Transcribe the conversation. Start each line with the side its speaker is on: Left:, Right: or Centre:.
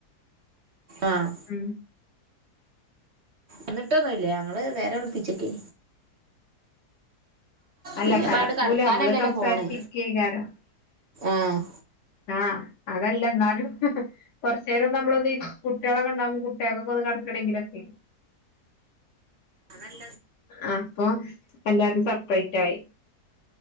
Right: ആഹ്
Left: ഉം
Right: എന്നിട്ടൊന്നുംല്ല ഞങ്ങള് വേറെ വിളിപ്പിചോക്കി
Left: അല്ല
Right: പിന്നെപ്പോ
Left: കടക്കൂല
Right: ആട കടക്കാനല്ലല്ലോ
Left: നമ്മള് സംസാരിച്ചിരിക്കേക്കാരം
Right: പോണ് ആഹ്
Left: ആഹ് അതല്ല ന്നാലും കൊറച്ചേരം നമ്മളത് കുട്ടികളൊക്കെ ഇണ്ടാകുമ്പോ <unintelligible> ഒന്ന് കടക്കണെങ്കിലൊക്കെ
Right: അതല്ല
Left: ആഹ് അപ്പൊ എല്ലാരും സപ്പറേറ്റ് ആയി